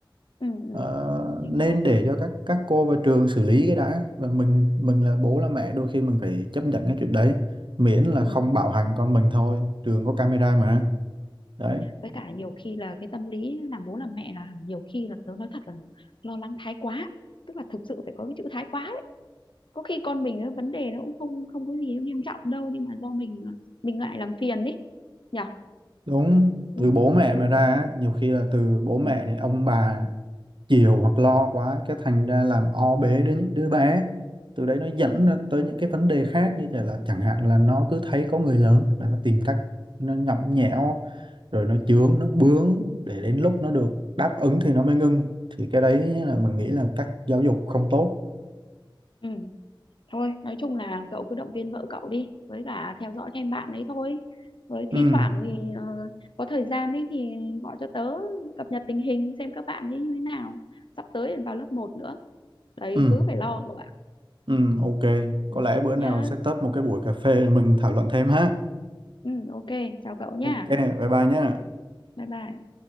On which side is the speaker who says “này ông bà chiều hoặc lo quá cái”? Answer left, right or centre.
Right